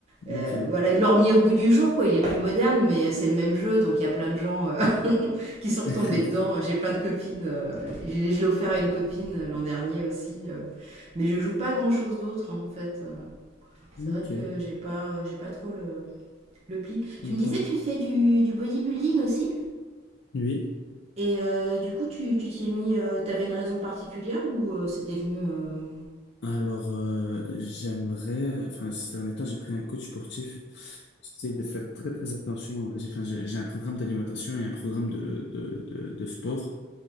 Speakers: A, on the right (about 35°); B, on the left (about 60°).
A: euh,
B: Ok.
A: voilà, ils l'ont remis au goût du jour, quoi. Il est plus moderne, mais c'est le même jeu. Donc, il y a plein de gens euh, qui sont retombées
B: <laughs>
A: dedans. J'ai plein de copines. euh, j'ai- je l'ai offert à une copine euh, l'an dernier aussi. euh, mais je joue pas grand chose d'autre hein, en fait. Euh, C'est
B: Ok.
A: vrai que j'ai pas, euh, j'ai pas trop le, le pli.
B: Le
A: Tu me disais,
B: temps.
A: tu fais du, du bodybuilding aussi
B: Oui.
A: Et euh, du coup, tu tu t'y es mis. euh, T'avais une raison particulière ou euh, c'était venu. euh,
B: Alors, euh, j'aimerais, enfin, ces derniers temps, j'ai pris un coach sportif. J'essaie de faire très, très attention. J'ai, enfin, j'ai j'ai un programme d'alimentation et un programme de, de, de, de sport.